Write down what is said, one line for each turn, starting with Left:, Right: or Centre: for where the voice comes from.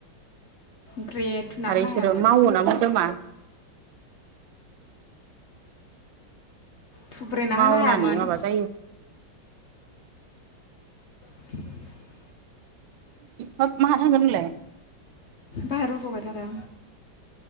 Left: ब्रे थुना
Right: आरो
Left: होनो
Right: इसोरो
Left: हायामोन
Right: मावो ना मोनदोमा
Left: थुब्रेना
Right: मावनानै
Left: होनो हायामोन
Right: माबा जायो।
Left: <inaudible>
Right: माहा थांगोन नोंलाय
Left: बाहेराव जबाय थादों।